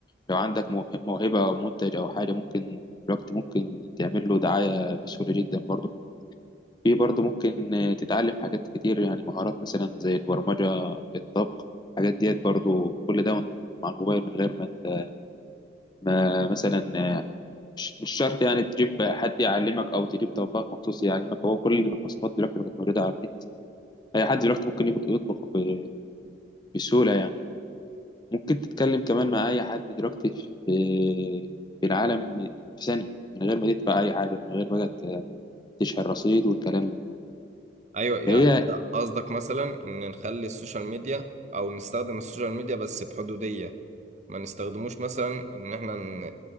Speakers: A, on the left (about 20°); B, on the right (about 40°).
A: لو عندك موهب- موهبة او منتج او حاجة ممكن دلوقتي ممكن تعمل له دعاية بسهولة جدا برضه في برضه ممكن آه، تتعلم حاجات كتير يعني مهارات مثلا زي البرمجة الطبخ الحاجات ديت برضه كل ده مع الموبايل من غير ما انت ما مثلا آه، مش مش شرط يعني تجيب حد يعلمك او تجيب طباخ مخصوص يعلمك هو كل الوصفات دلوقتي بقت موجوده على النت اي حد دلوقتي ممكن يجي يطبخ ب- بسهوله يعني ممكن تتكلم كمان مع اي حد دلوقتي في في العالم في ثانيه من غير ما تدفع اي حاجه من غير بقى تشحن رصيد والكلام ده
B: ايوه يعني
A: فهي
B: انت قصدك مثلا ان نخلي السوشيال ميديا او نستخدم السوشيال ميديا بس بحدودية ما نستخدموش مثلا ان احنا ن-